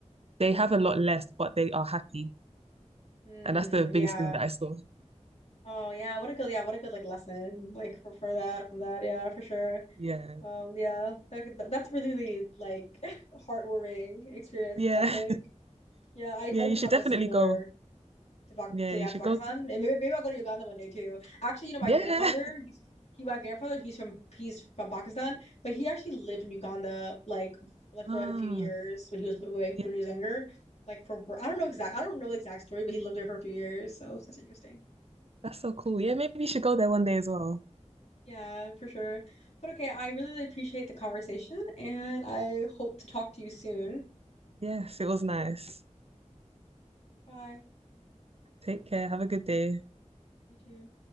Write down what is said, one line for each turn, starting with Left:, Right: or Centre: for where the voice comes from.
Right: they
Left: hmm
Right: have a lot less, but they are happy.
Left: Mm,
Right: And that's the biggest
Left: yeah.
Right: thing that I saw.
Left: Oh yeah, what a good yeah, what a good like lesson like for, for that from that yeah for sure.
Right: Yeah.
Left: Um yeah, that, could- that's really really like <laughs> heartwarming experience.
Right: Yeah.
Left: It sounds like.
Right: <laughs>
Left: Yeah, I hope
Right: Yeah. You
Left: to
Right: should
Left: have
Right: definitely
Left: a similar
Right: go.
Left: to Pak
Right: Yeah.
Left: to
Right: You
Left: yeah
Right: should
Left: to Pakistan,
Right: go.
Left: and maybe, maybe I'll go to Uganda one day too. Actually, you know, my
Right: Yeah.
Left: grandfather, he's, he my grandfather, he's from he's from Pakistan, but he actually lived in Uganda like like
Right: Ah,
Left: for like a few years when he was way when
Right: yeah.
Left: he was younger. Like for wor- I don't know exact I don't know the exact story, but he lived there for a few years, so that's interesting.
Right: That's so cool. Yeah. Maybe you should go there one day as well.
Left: Yeah, for sure. But okay, I really, really appreciate the conversation, and I hope to talk to you soon.
Right: Yes. It was nice.
Left: Bye.
Right: Take care. Have a good day.
Left: You too.